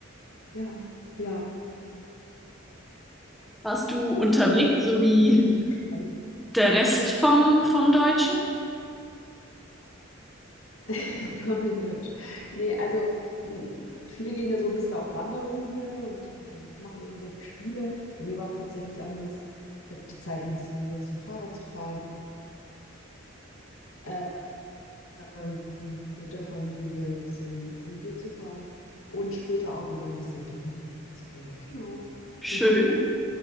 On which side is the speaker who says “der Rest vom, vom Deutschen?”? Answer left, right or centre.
Centre